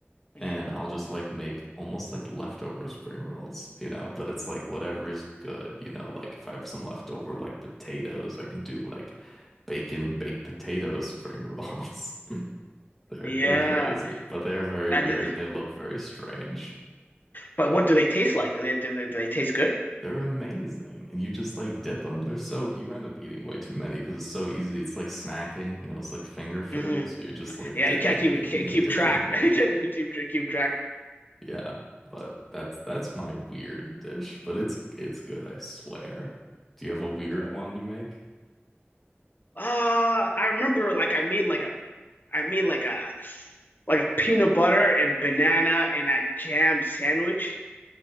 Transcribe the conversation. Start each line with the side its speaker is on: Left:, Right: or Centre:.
Left: mm.
Centre: and I'll just like make almost like leftover spring rolls, you know, but it's like whatever is good, you know, like if I have some leftover like potatoes, I can do like bacon baked potato spring rolls. <laughs> They're
Left: Yeah.
Centre: they're crazy, but they're very
Left: That.
Centre: weird
Left: The,
Centre: and they look very strange.
Left: but what do they taste like? Do they do they, do they taste good?
Centre: They're amazing. And you just like dip them. They're so you end up eating way too many because it's so easy. It's like snacking, you know, it's like finger food.
Left: Mm-hmm.
Centre: So you're just like
Left: Yeah,
Centre: dipping
Left: you can't keep
Centre: and eating and
Left: keep
Centre: dipping
Left: track.
Centre: and eating.
Left: <laughs> you can't even keep, keep track.
Centre: Yeah, but that's that's my weird dish, but it's it's good, I swear. Do you have a weird
Left: Oh.
Centre: one you make?
Left: Uh, I remember like I made like a I made like a like a peanut butter and banana and a jam sandwich.